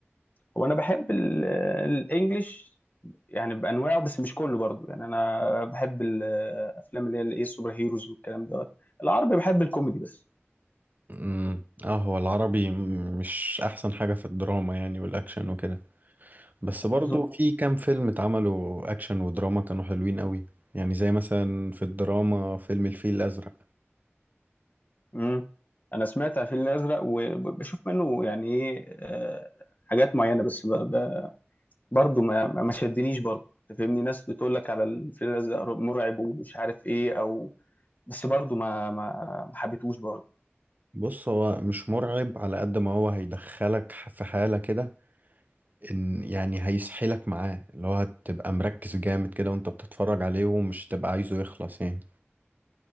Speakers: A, on the left; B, on the right.
A: هو انا بحب ال- آه، الانجليش يعني بانواعه بس مش كله برضو يعني انا بحب الافلام اللي هي الايه السوبر هيروز والكلام دوت العربي بحب الكوميدي بس
B: امم اه هو العربي م- مش احسن حاجة في الدراما يعني والاكشن وكده بس برضو
A: بالظبط
B: في كام فيلم اتعملوا اكشن ودراما كانوا حلوين قوي يعني زي مثلا في الدراما فيلم الفيل الازرق
A: امم انا سمعت عن الفيل الازرق وبشوف منه يعني ايه آه، حاجات معينه بس ب- ب- برضه ما ما ما شدنيش برضه أنت فاهمني ناس بتقول لك على الفيل الازرق مرعب ومش عارف ايه او بس برضه ما ما ما حبيتهوش برضه
B: بص هو مش مرعب على قد ما هو هيدخلك ح- في حالة كده ان يعني هيسحلك معاه اللي هو هتبقى مركز جامد كده وانت بتتفرج عليه ومش تبقى عايزه يخلص يعني